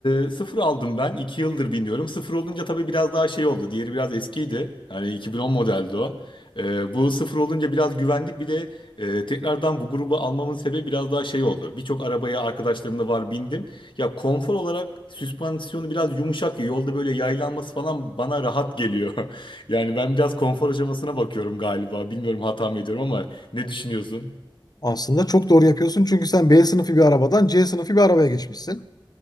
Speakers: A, on the left; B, on the left.
A: e, sıfır aldım ben. 2 yıldır biniyorum. Sıfır olunca tabii biraz daha şey oldu. Diğeri biraz eskiydi. Hani 2010 modeldi o. E, bu sıfır olunca biraz güvendik. Bir de e, tekrardan bu grubu almamın sebebi biraz daha şey oldu. Birçok arabaya arkadaşlarımla var bindim. Ya konfor olarak süspansiyonu biraz yumuşak. ya. Yolda böyle yaylanması falan bana rahat geliyor. <laughs> Yani ben biraz konfor aşamasına bakıyorum galiba. Bilmiyorum hata mı ediyorum ama ne düşünüyorsun?
B: Aslında çok doğru yapıyorsun çünkü sen B sınıfı bir arabadan C sınıfı bir arabaya geçmişsin.